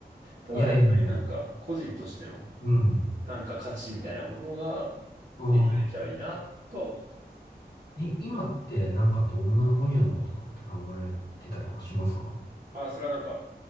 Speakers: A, on the right (about 45°); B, on the left (about 70°).
A: ただやっぱりなんか、
B: ー。いやいやいや。
A: 個人としての、
B: うん。
A: なんか価値みたいなものが
B: ああ。
A: 提供できたらいいなとは思ってますね。
B: い、今ってなんかどんな分野のこととかって考えてたりとかしますか
A: あ、それはなんか、